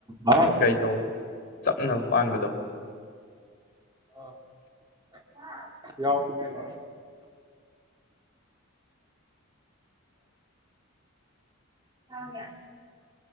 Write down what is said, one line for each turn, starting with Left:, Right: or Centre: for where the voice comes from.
Right: ꯍꯥꯎ
Left: ꯀꯩ ꯇꯧꯕꯗꯣ ꯆꯞꯅꯕ ꯄꯥꯟꯕꯗꯣ?
Right: ꯑꯥ <unintelligible> ꯌꯥꯎꯕꯅꯦꯕ <unintelligible>